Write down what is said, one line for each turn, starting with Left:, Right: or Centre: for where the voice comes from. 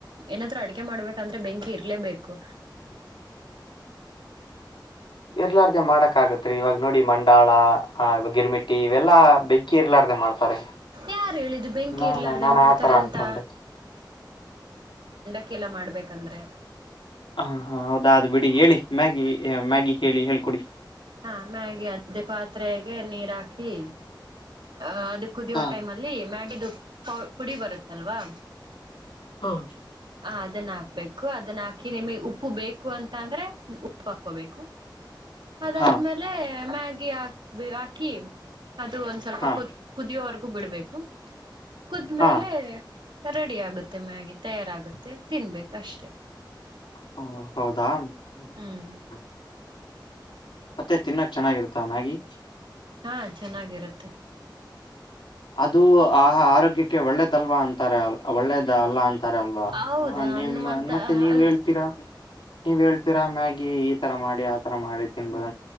Right: ಏನಾದ್ರು ಅಡಿಕೆ ಮಾಡ್ಬೇಕಂದ್ರೆ ಬೆಂಕಿ ಇರ್ಲೇಬೇಕು
Left: ಎರ್ಲಾರ್ದೇ ಮಾಡಕ ಆಗತ್ೀ ಇವಾಗ ನೋಡಿ ಮಂಡ ಡಳ ಆ ಗಿರಿಮಿಟ್ಟಿ ಇವೆಲ್ಲಾ ಬೆಕ್ಕಿ ಇರ್ಲಾಡ್ದ ಮಾಡ್ತಾರೆ
Right: ಯಾರು ಹೇಳಿದ್ದು ಬೆಂಕಿ
Left: ನಾಾನಾ
Right: ಇರಲಾರ್ದೆ
Left: ನಾನ
Right: ಮಾಡ್ತಾರೆ
Left: ಆತರ ಅನ್ಕೊಂಡೆ
Right: ಅಂತ ಕ್ಕೆಲ್ಲ ಮಾಡಬೇಕಂದ್ರೆ
Left: ಹ ಹಾ ಹೌದಾದದು್ ಬಿಡಿ ಹೇಳಿ ಮ್ಯಾಗಿ ಮ್ಯಾಗಿ ಹೇಳಿ ಹೇಳ್ಕೊಡಿ
Right: ಹಾ ಮ್ಯಾಗಿ ಮತ್ತೆ ಪಾತ್ರೆಗೆ ನೀರ್ ಹಾಕಿ ಅ ಅದು ಕುದಿಯೋ
Left: ಹಾ
Right: ಟೈಮ್ ಅಲ್ಲಿ ಮ್ಯಾಗ ದು ಪುಡಿ ಬರುತ್ತಲ್ವಾ
Left: <unintelligible>
Right: ಹ ಅದನ್ನ ಹಾಕ್ಬೇಕು ಅ ಅದನ್ನ ಹಾಕಿ ನಿಮಗ್ ಉಪ್ಪು ಬೇಕು ಅಂತ ಅಂದ್ರೆ ಉಪ್ಪು ಹಾಕೋಬೇಕು ಅದಾದ್ಮೇಲೆ
Left: ಹಾ
Right: ಮ್ಯಗಿ ಆ ಆಕಿ ಅದು ಒಂದ್ ಸ್ವಲ್ಪ
Left: ಹಾ
Right: ಕುದ ಕುದಿಯೋವರೆಗ ಬಿಡಬೇಕು ಕುದ್ಮೇಲೆ
Left: ಹಾ
Right: ಇದೆ ರೆಡಿ ಆಗುತ್ತೆ ಮ ಮ್ಯಾಗಿ ತಯಾರ ಆಗುತ್ತೆ ತಿನ್ಬೇಕುಷ್ಟೇ
Left: ಹಾ ಹೌದಾ ಹ್ಮಞ
Right: ಹ್ಮ್
Left: ಹ್ಞ ಮತ್ತೆ ತಿನ್ನೋಕ್ ಚೆನ್ನಾಗಿರುತ್ತಾ ನ್ಯಾಗಿ
Right: ಹಾ ಚೆನ್ನಾಗಿರುತ್ತೆ ಹೆ
Left: ಅದು ಆ ಆರೋಗ್ಯಕ್ಕೆ ಒಳ್ಳೆದಲ್ವಾ ಅಂತಾರ ಅಲ್ಲ ಒಳ್ಳೇದ ಅಲ್ಲ ಅಂತಾರ ಅಲ್ವಾ
Right: ಹೌದಾ
Left: ನಿ
Right: ನನ್ಗಂತ
Left: ಮತ್ತೆ ನೀವ್
Right: ಅಲ್ಲ
Left: ಹೇಳ್ತೀರಾ ನೀವ್ ಹೇಳ್ತೀರಾ ಮ್ಯ ಈ ತರ ಮಾಡಿ ಆತರ ಮಾಡಿ ತಿನ್ಬೋುದ